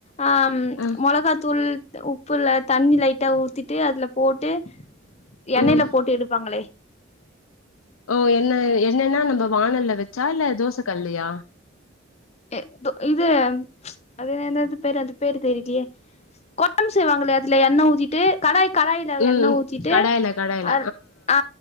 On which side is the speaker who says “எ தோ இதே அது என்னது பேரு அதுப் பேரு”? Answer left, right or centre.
Left